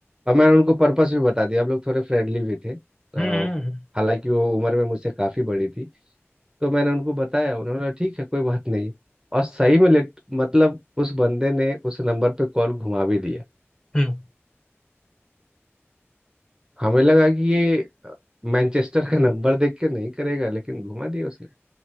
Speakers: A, on the right; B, on the left.
A: और मैंने उनको पर्पस भी बता दिया हम लोग थोड़े फ्रेंडली भी थे अ,
B: हम्म हम्म,
A: हालांकि वो उम्र में मुझसे काफ़ी बड़ी थी तो मैंने उनको बताया उन्होंने बोला ठीक है कोई बात नहीं और सही में लेट मतलब उस बंदे ने उस नंबर पे कॉल घुमा भी दिया
B: हम्म।
A: हमें लगा कि ये मैनचेस्टर का नंबर देख के नहीं करेगा लेकिन घुमा दिया उसने